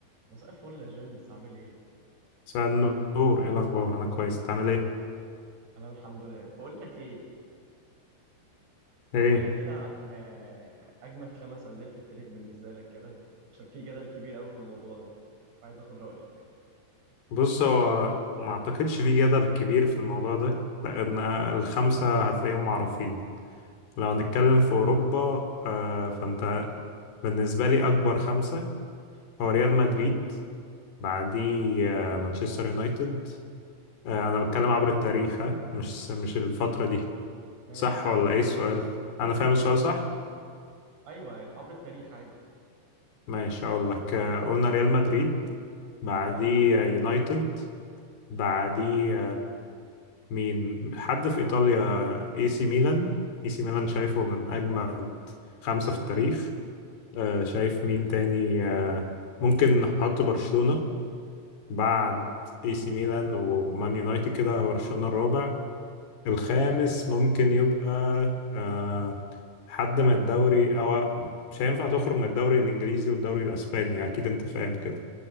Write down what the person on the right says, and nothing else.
مساء الفل يا جيمس عامل ايه؟
انا الحمد لله بقول لك ايه ما
تقول لي كده عن آه، اجمد خمس انديه في التاريخ بالنسبه لك كده عشان في جدل كبير قوي في الموضوع ده فعايز اخد رايك
ماشي
كمل
ايوه عبر التاريخ عادي
ايوه
ده
كده كده
امم